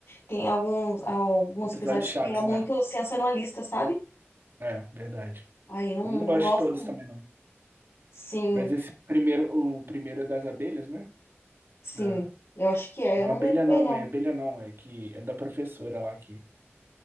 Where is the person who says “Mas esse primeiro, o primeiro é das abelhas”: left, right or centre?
Right